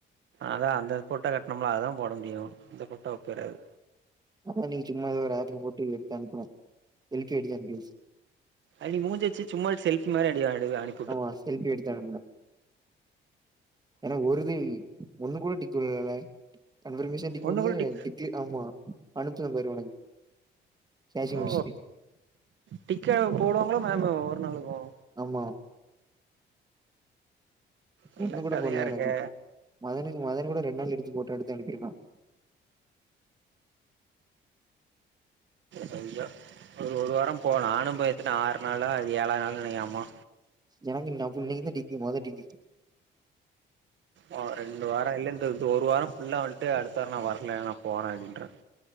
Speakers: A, on the right; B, on the right.
A: அதா அந்த போட்டோ காட்னோம்ல அதா போட முடியு இந்த போட்டோ ஒப்பிர்றாது
B: அதான் இன்னைக்கு சும்மாவே ஒரு ஆர்டர் போட்டு எடுத்து அனுப்பனும் செல்பி எடுத்து அனுப்பனு
A: அப்டி மூஞ்ச வச்சி சும்மா செல்பி மாறி அடி வா‌ <unintelligible>
B: ஆமா செல்பி எடுத்து அனுப்பனும் எனக்கு ஒருது ஒண்ணு கூட டிக் விழல கன்பர்மேஷன்டிகுள்ள
A: ஒண்ணு கூட டிக்
B: டிக்கி ஆமா அனுப்புற பாரு உனக்கு பேசி
A: ஓ
B: முடிச்சுட்டு
A: டிக்கா போடுவாங்களா மேம் ஒரு நாளுக்கும்
B: ஆமா
A: நல்ல
B: ஒன்னு கூட
A: கதையா
B: போட்ல
A: இருக்கே
B: எனக்கு மதனுக்கு மதன் கூட ரெண்டு நாள் எடுத்து போட்ட எடுத்து அனுப்பிருக்கான்
A: தெரிஞ்சோ ஒரு ஒரு வாரோ போலா நானு போய்ட்டு நா ஆறு நாள்ல அது ஏழாது நாள் நெனைக்கே ஆமா
B: எனக்கு நா அப்ப நீங்கதா டிக்கி மொத டிக்கி
A: ஓ ரெண்டு வாரம் இல்லண்டு இந்த ஒரு வாரம் புல்லா வந்துட்டு அடுத்த வாரம் நான் வரல நான் போறேன் அப்டின்றான்